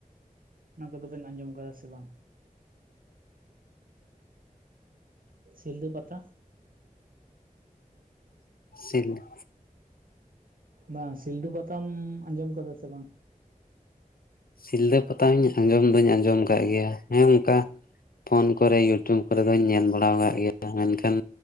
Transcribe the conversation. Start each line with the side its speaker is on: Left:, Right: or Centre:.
Right: ᱚᱱᱟ ᱠᱚᱫᱚ ᱵᱮᱱ ᱟᱸᱡᱚᱢ ᱠᱟᱫᱟ ᱥᱮ ᱵᱟᱝ? ᱥᱤᱞᱫᱟᱹ ᱯᱟᱛᱟ᱾
Left: ᱥᱤᱞ <unintelligible>
Right: ᱵᱟᱝ, ᱥᱤᱞᱫᱟᱹ ᱯᱟᱛᱟᱢ ᱟᱸᱡᱚᱢ ᱟᱠᱟᱫᱟ ᱥᱮ ᱵᱟᱝ?
Left: ᱥᱤᱞᱫᱟᱹ ᱯᱟᱛᱟ ᱦᱚᱧ ᱟᱸᱡᱚᱢ ᱫᱩᱧ ᱟᱸᱡᱚᱢ ᱟᱠᱟᱫ ᱜᱮᱭᱟ ᱾ ᱦᱮᱸ ᱚᱱᱠᱟ, ᱯᱷᱳᱱ ᱠᱚᱨᱮ ᱤᱭᱩᱴᱩᱵᱽᱼᱼ ᱠᱚᱨᱮ ᱫᱚᱧ ᱧᱮᱞ ᱵᱟᱲᱟ ᱟᱠᱟᱫ ᱜᱮᱭᱟ᱾ ᱢᱮᱱᱠᱷᱟᱱ